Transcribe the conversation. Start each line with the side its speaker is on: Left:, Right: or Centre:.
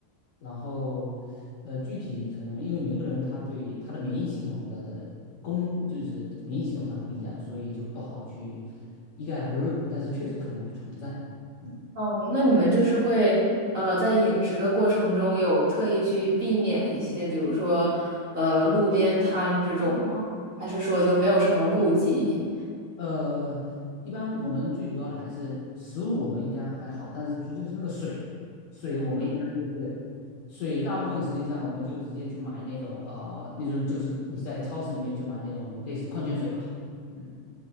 Left: 然后呃具体可能因为每个人他对他的免疫系统的功就是免疫系统它不一样，所以就不好去一概而论，但是确实可能会存在。嗯。
Right: 哦，那你们就是会呃，在饮食的过程中有特意去避免一些，比如说呃路边摊这种吗？还是说就没有什么顾忌？
Left: 呃，一般我们最主要的还是食物，我们应该还好，但是就就是那个水，水我们一般就是水，大部分时间上我们就直接去买那种呃，那种就是你在超市里面去买那种类似矿泉水吧，嗯，